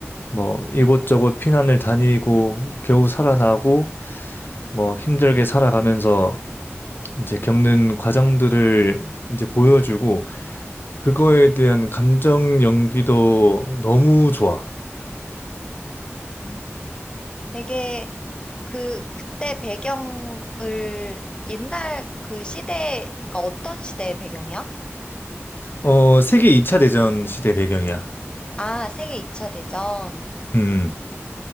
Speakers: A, on the left; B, on the left.
A: 뭐 이곳저곳 피난을 다니고 겨우 살아나고 뭐 힘들게 살아가면서 이제 겪는 과정들을 이제 보여주고 그거에 대한 감정 연기도 너무 좋아.
B: 음. 되게 그, 그때 배경을 옛날 그 시대가 어떤 시대의 배경이야?
A: 어, 세계 2차 대전 시대 배경이야.
B: 아, 세계 2차 대전.
A: 음. 음.